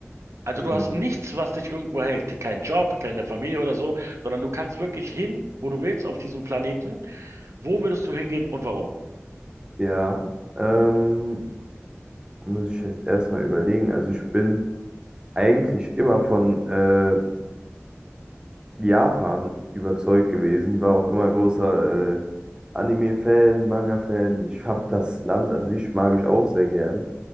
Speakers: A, on the right (about 75°); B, on the right (about 20°).
A: Also
B: Mhm.
A: du hast nichts, was dich irgendwo hält, keinen Job, keine Familie oder so, sondern du kannst wirklich hin, wo du willst auf diesem Planeten. Wo würdest du hingehen und warum?
B: Ja, ähm, muss ich jetzt erstmal überlegen. Also ich bin eigentlich immer von äh, Japan überzeugt gewesen, war auch immer großer äh, Anime-Fan, Manga-Fan. Ich habe das Land an sich mag ich auch sehr gern.